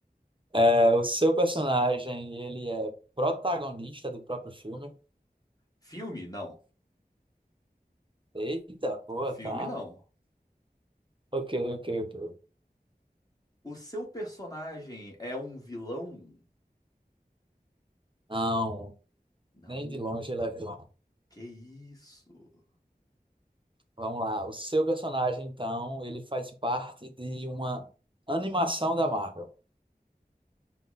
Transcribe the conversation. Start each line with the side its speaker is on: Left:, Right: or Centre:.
Right: É, o seu personagem, ele é protagonista do próprio filme.
Left: Filme? Não.
Right: Eita, boa,
Left: Filme
Right: tá?
Left: não.
Right: Ok, ok, ok.
Left: O seu personagem é um vilão?
Right: Não,
Left: Não.
Right: nem de longe ele é vilão.
Left: Que isso?
Right: Vamos lá. O seu personagem, então, ele faz parte de uma animação da Marvel.